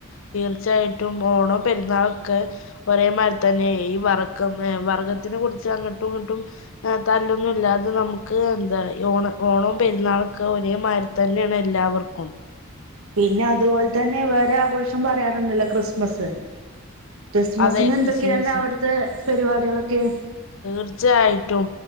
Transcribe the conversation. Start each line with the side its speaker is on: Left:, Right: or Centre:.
Left: തീർച്ചയായിട്ടും ഓ ണോം പെരുന്നാളൊക്കെ ഒരേമാതിരി തന്നെ ഈ വർഗം ർ വർഗത്തിനെ കുറിച്ച ങ്ങട്ടും ഇങ്ങട്ടും ർ തല്ലൊന്നും ഇല്ലാതെ നമുക്ക് എന്താഈ ഓണ ഓ ണോം പെരുന്നാളൊക്കെ ഒരേമായ്രി തന്നെയാണ് എല്ലാവർക്കും
Right: പിന്നെ അതുപോലെ തന്നെ വേരെ ആഘോഷം പറയാറുണുല്ല ക്രിസ്മസ്സ് ക്രിസ്മസിന്
Left: അതെ ക്രിസ്മസ്
Right: എന്തൊക്കെയാണ് അവിടുത്ത പരിപാട്യളൊക്കെ
Left: തീർച്ചയായിട്ടും